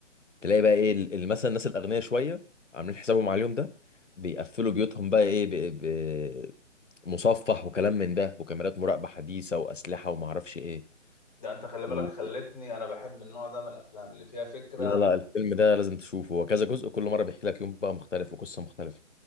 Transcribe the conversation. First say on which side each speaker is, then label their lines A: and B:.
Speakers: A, on the left; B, on the left.
A: تلاقي بقى ايه ال- ال- مثلا الناس الاغنياء شويه عاملين حسابهم على اليوم ده بيقفلوا بيوتهم بقى ايه ب- ب- مصفح وكلام من ده وكاميرات مراقبه حديثه واسلحه وما اعرفش ايه
B: ده انت خلي بالك
A: و...
B: خلتني انا بحب النوع ده من الافلام اللي فيها فكره
A: لا لا الفيلم ده لازم تشوفه هو كذا جزء كل مره بيحكي لك يوم بقى مختلف وقصه مختلفه